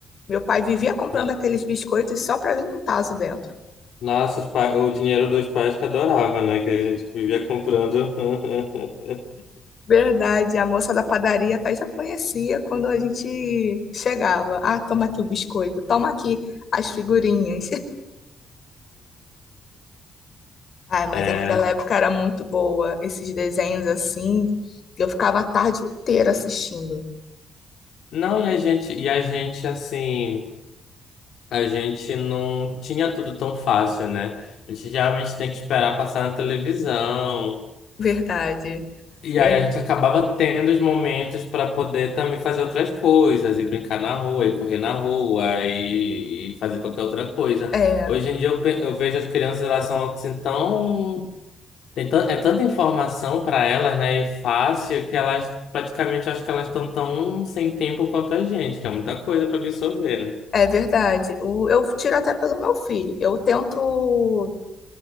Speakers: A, on the left; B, on the left.
A: meu pai vivia comprando
B: No-
A: aqueles biscoitos só pra vir um Tazo dentro.
B: Nossa, os pa- o dinheiro dos pais que adorava, né, que a gente vivia comprando. <laughs>
A: Verdade, a moça da padaria até já conhecia quando a gente chegava. Ah, toma aqui o biscoito, toma aqui as figurinhas. <laughs> Ai, mas
B: É.
A: aquela época era muito boa. Esses desenhos assim, eu ficava a tarde inteira assistindo.
B: Não, e a gente, e a gente assim. A gente não tinha tudo tão fácil, né? A gente geralmente tem que esperar passar na televisão.
A: Verdade.
B: E
A: Ver-
B: aí a gente acabava tendo os momentos para poder também fazer outras coisas, e brincar na rua, e correr na rua, e, e fazer qualquer outra coisa.
A: É,
B: Hoje em dia eu, pe- eu vejo as crianças, elas são assim tão. Tem tan- é tanta informação para elas, né? E fácil, que elas praticamente acho que elas estão tão sem tempo quanto a gente, que é muita coisa para absorver, né?
A: é verdade. O- eu tiro até pelo meu filho. Eu tento